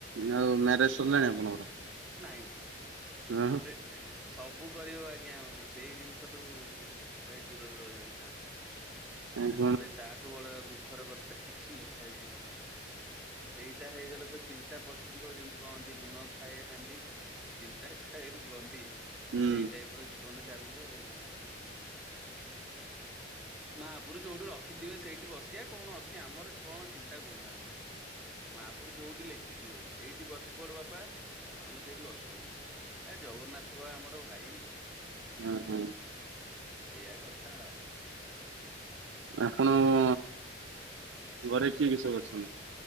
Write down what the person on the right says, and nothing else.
ଆଉ ମ୍ୟାରେଜ ସରିଲାଣି ଆପଣଙ୍କର?
ହଁ
କାଇଁ କଣ
ହୁଁ
ହୁଁ ହୁଁ।
ଆପଣଙ୍କ ଘରେ କିଏ କିଏ ସବୁ ଅଛନ୍ତି?